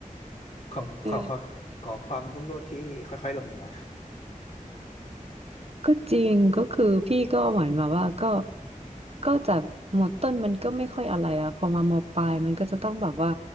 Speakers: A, on the left; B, on the right.
A: ของของของของความรุ่งโรจน์ที่ค่อยๆลงมา
B: เออ ก็จริงก็คือพี่ก็เหมือนแบบว่าก็ก็จากหมดต้นมันก็ไม่ค่อยอะไรอ่ะพอมามปลายมันก็จะต้องแบบว่า